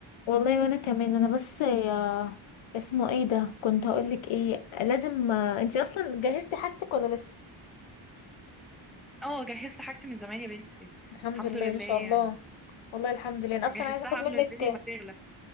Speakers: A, on the left (about 75°); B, in the centre.
A: والله وانا كمان انا بس يا اسمه ايه ده كنت هقولك ايه لازم انتي اصلا جهزتي حاجتك ولا لسه
B: اه جهزت حاجتي من زمان يا بنتي
A: الحمد
B: الحمد
A: لله
B: لله
A: ما شاء
B: يعني
A: الله والله الحمد لله انا اصلا
B: جهزتها
A: عايزه اخد منك
B: قبل الدنيا ما تغلى